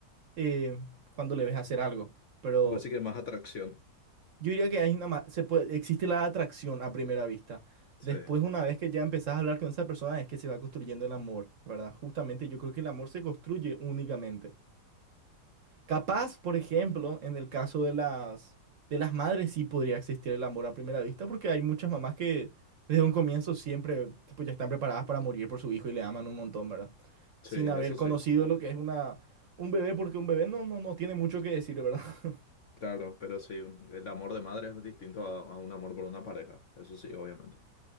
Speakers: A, on the right; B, on the left.
A: eh, cuando le ves hacer algo. Pero
B: Vos sí que más atracción.
A: yo diría que hay una, ma- se puede, existe la atracción a primera vista.
B: Sí,
A: Después, una vez que ya empezás a hablar con esa persona, es que se va construyendo el amor, ¿verdad? Justamente yo creo que el amor se construye únicamente. Capaz, por ejemplo, en el caso de las, de las madres sí podría existir el amor a primera vista, porque hay muchas mamás que desde un comienzo siempre tipo, ya están preparadas para morir por su hijo y le aman un montón, ¿verdad?
B: sí,
A: Sin
B: eso
A: haber
B: sí,
A: conocido lo que es una, un bebé, porque un bebé no, no, no tiene mucho que decir, ¿verdad? <laughs>
B: claro, pero sí, un- el amor de madre es distinto a, a un amor por una pareja, eso sí, obviamente.